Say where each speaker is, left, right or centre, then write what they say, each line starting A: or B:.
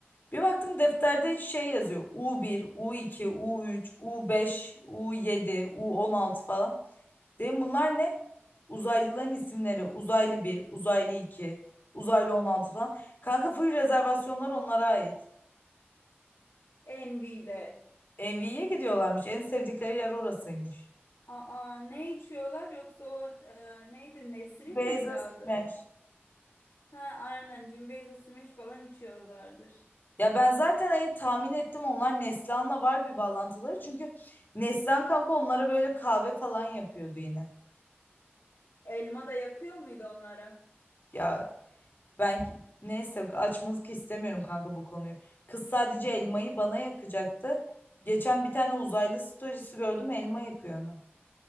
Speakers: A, on the left; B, on the left.
A: Bir baktım defterde şey yazıyor. u bir, u iki, u üç, u beş, u yedi, u on altı falan. Dedim bunlar ne? Uzaylıların isimleri. Uzaylı bir, Uzaylı 2, Uzaylı 16 falan. Kanka full rezervasyonlar onlara ait.
B: Envy'de.
A: Envy'ye gidiyorlarmış. En sevdikleri yer orasıymış.
B: Aa ne içiyorlar yoksa o e, neydi Nesrin
A: Beyza
B: miydi adı?
A: Smash.
B: Ha aynen Cimbeyzo Smash falan içiyorlardır.
A: Ya ben zaten hani tahmin ettim onlar Neslihan'la var bir bağlantıları. Çünkü Neslihan kanka onlara böyle kahve falan yapıyordu yine.
B: Elma da yakıyor muydu onlara?
A: Ya ben ki- neyse açmak istemiyorum kanka bu konuyu. Kız sadece elmayı bana yakacaktı. Geçen bir tane uzaylı storiesi gördüm elma yakıyor onu.